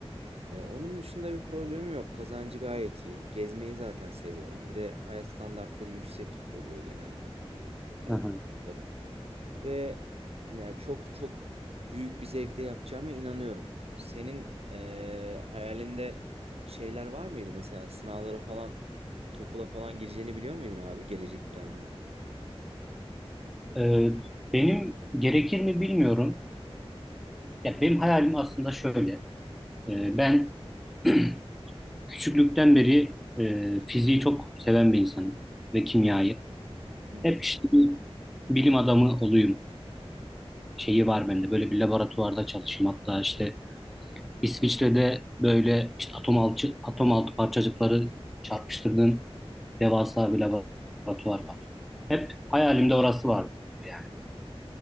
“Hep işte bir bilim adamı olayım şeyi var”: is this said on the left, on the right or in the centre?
Centre